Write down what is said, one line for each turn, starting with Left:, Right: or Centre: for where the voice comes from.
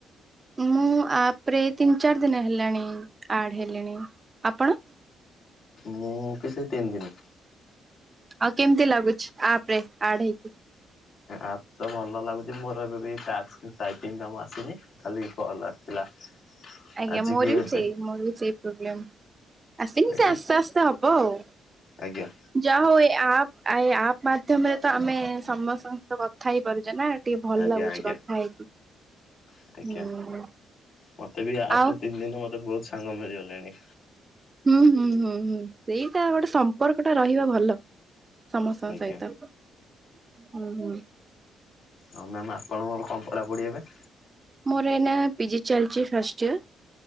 Right: ମୁଁ ଆପରେ ତିନି ଚାରି ଦିନ ହେଲାଣି ଆଡ଼ ହେଲିଣି ଆପଣ?
Left: ମୁଁ କେତେ ତିନି ଦିନି।
Right: ଆଉ କେମିତି ଲାଗୁଛି ଆପରେ ଆଡ ହେଇକି?
Left: ଆପ୍ ତ ଭଲ ଲାଗୁଛି ମୋର ଏବେ ବି ଟ୍ୟାକ୍ସ ଟାଇପିଙ୍ଗ୍ କାମ ଆସିନି। ଖାଲି କଲ୍ ଆସିଥିଲା।
Right: ଆଜ୍ଞା
Left: ଆଜି
Right: ମୋର
Left: କି ଏବେ
Right: ବି ସେହି ମୋର ବି ସେଇ ପ୍ରୋବ୍ଲେମ୍। ଆସିନି
Left: ଆଜ୍ଞା
Right: ସେ ଆସ୍ତେ ଆସ୍ତେ ହବ ଆଉ।
Left: ଆଜ୍ଞା
Right: ଯାହା ହଉ ଏ ଆପ୍ ଆପ୍ ମାଧ୍ୟମରେ ତ ଆମେ ସମସ୍ତଙ୍କ ସହ କଥା ହେଇପାରୁଛେ ନା। ଟିକେ ଭଲ
Left: ଆଜ୍ଞା
Right: ଲାଗୁଛି
Left: ଆଜ୍ଞା
Right: କଥା ହେଇକି
Left: ଆଜ୍ଞା।
Right: ହୁଁ।
Left: ମତେ ବି ଆପରେ
Right: ଆଉ
Left: ତିନି ଦିନ ମତେ ବହୁତ୍ ସାଙ୍ଗ ମିଳିଗଲେ ନି।
Right: ହୁଁ ହୁଁ ହୁଁ ହୁଁ ସେଇଟା ଗୋଟେ ସମ୍ପର୍କ ଟା ରହିବା ଭଲ। ସମସ୍ତଙ୍କ
Left: ଆଜ୍ଞା।
Right: ସହିତ ହୁଁ ହୁଁ।
Left: ହଁ ମ୍ୟାମ୍ ଆପଣଙ୍କର କଣ ପଢ଼ାପଢ଼ି ଏବେ?
Right: ମୋର ଏଇନା ପିଜି ଚାଲିଚି ଫାଷ୍ଟ୍ ଇୟର